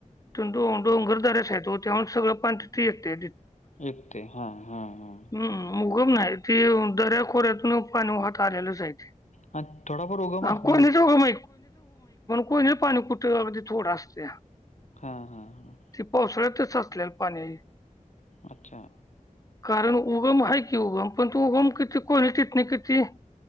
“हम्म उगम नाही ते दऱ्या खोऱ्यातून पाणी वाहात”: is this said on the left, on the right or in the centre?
Left